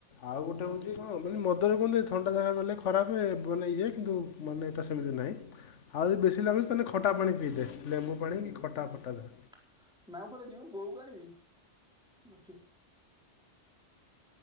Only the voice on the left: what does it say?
ଆଉ ଗୋଟେ ହେଉଛି କଣ ମାନେ ମଦରେ କୁହନ୍ତି ଥଣ୍ଡା ଜାଗାକୁ ଗଲେ ଖରାପେ ବ ନାଁ ଇଏ କିନ୍ତୁ ମାନେ ଏଇଟା ସେମିତି ନାହିଁ ଆଉ ଯଦି ବେଶୀ ଲାଗୁଛି ତାହେଲେ ଖଟା ପାଣି ପିଇଦେ ଲେମ୍ବୁ ପାଣି
କି ଖଟା
ଫଟା ଯାହା।